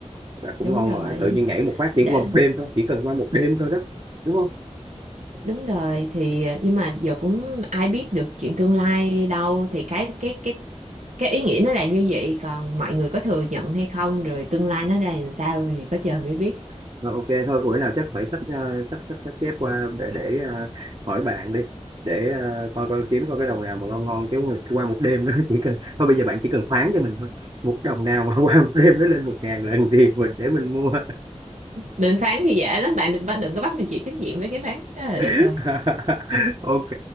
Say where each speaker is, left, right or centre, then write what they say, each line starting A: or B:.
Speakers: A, on the right; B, on the right.
A: là cũng
B: đúng
A: ngon
B: rồi
A: rồi tự nhiên nhảy một phát chỉ
B: để
A: qua một đêm thôi chỉ cần qua một đêm thôi đó đúng không
B: Đúng rồi thì ờ, nhưng mà giờ cũng ai biết được chuyện tương lai đâu thì cái cái cái cái ý nghĩa nó là như vậy còn mọi người có thừa nhận hay không rồi tương lai nó ra làm sao thì có trời mới biết
A: Ờ, ok thôi buổi nào chắc phải sách ờ, sách sách sách chép qua để để ờ, hỏi bạn đi để ờ, coi coi kiếm coi cái đồng nào mà ngon ngon chứ mà qua một đêm đó <laughs> chỉ cần thôi bây giờ bạn chỉ cần phán cho mình thôi một đồng nào mà <laughs> qua một đêm nó lên một ngàn lần thì mình để mình mua
B: định phán thì dễ lắm bạn đừng đừng có bắt mình chịu trách nhiệm với cái phán đó là được
A: <laughs>
B: rồi
A: ok